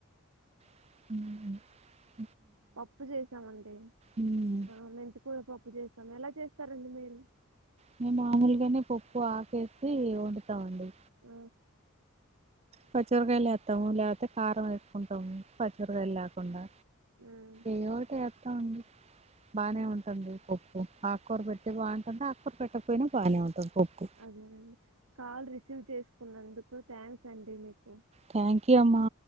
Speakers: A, on the right (about 30°); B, on the right (about 80°).
A: హు
B: పప్పు చేసామండి
A: ఉమ్,
B: ఆ మెంతకూర పప్పు పప్పు చేస్తాం ఎలా చేస్తారండి మీరు
A: మేము మామూలుగానే పప్పు ఆకేసి వండుతాంండి
B: ఆ
A: పచ్చిమిరపకాయలు వేస్తాము లేకపోతే కారం వేసుకుంటాము పచ్చిమిరపకాయలు లేకుండా
B: మ్మ్.
A: ఏవో ఓటి వేస్తాం అండి బాగానే ఉంటుంది పప్పు ఆకూరు పెట్టి బాగుంటుంది ఆకూరు పెట్టకపోయినా బాగానే ఉంటుంది పప్పు
B: అదేనా కాల్ రిసీవ్ చేసుకున్నందుకు థ్యాంక్స్ అండి మీకు
A: థ్యాంక్ యూ అమ్మా